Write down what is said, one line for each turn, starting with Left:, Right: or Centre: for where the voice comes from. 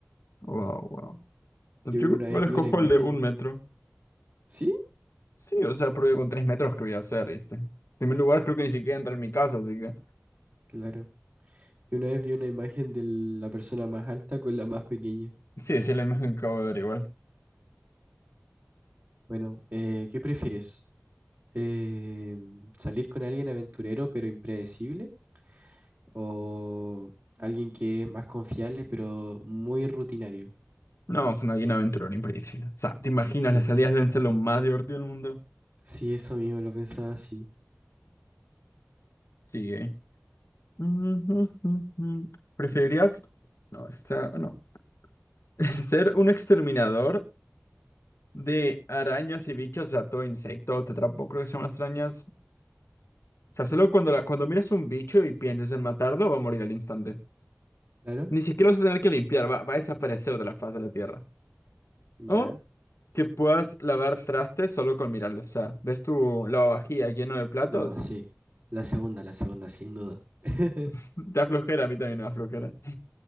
Left: Wow, wow. Yo
Right: Yo
Left: creo
Right: vi una
Left: que igual
Right: vez vi
Left: escojo
Right: una imagen.
Left: el de un metro.
Right: Sí,
Left: Sí, o sea, porque con tres metros que voy a hacer, ¿viste? En primer lugar, creo que ni siquiera entra en mi casa, así que...
Right: claro. Yo una vez vi una imagen de la persona más alta con la más pequeña.
Left: Sí, sí, la imagen que acabo de ver igual.
Right: Bueno, eh, ¿qué prefieres? Eh, salir con alguien aventurero pero impredecible o alguien que es más confiable pero muy rutinario.
Left: No, una bien aventurera, impredecible. O sea, ¿te imaginas?
Right: Sí,
Left: Las salidas deben ser lo más divertido del mundo.
Right: sí, eso mismo lo pensaba así.
Left: Sí, ¿eh? <laughs> Ujú, ujú. ¿Preferirías... No, está... No. <laughs> ¿Ser un exterminador de arañas y bichos? O sea, todo insecto, tetrapo, creo que se llaman las arañas. O sea, solo cuando, la- cuando miras un bicho y piensas en matarlo, va a morir al instante.
Right: Claro,
Left: Ni siquiera vas a tener que limpiar, va, va a desaparecer de la faz de la tierra.
Right: ya.
Left: O que puedas lavar trastes solo con mirarlos. O sea, ves tu lavavajilla lleno de platos.
Right: No, sí. La segunda, la segunda, sin duda. <laughs>
Left: <laughs> Te Da flojera, a mí también me da flojera.